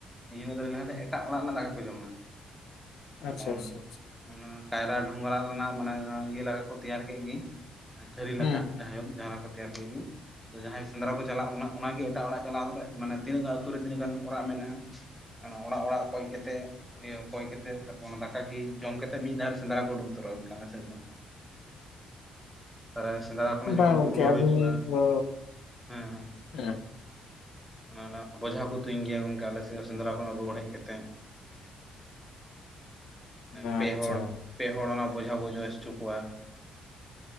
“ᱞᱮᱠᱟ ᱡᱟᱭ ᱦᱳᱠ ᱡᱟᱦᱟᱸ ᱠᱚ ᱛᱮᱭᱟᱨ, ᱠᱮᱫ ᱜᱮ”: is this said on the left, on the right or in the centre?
Centre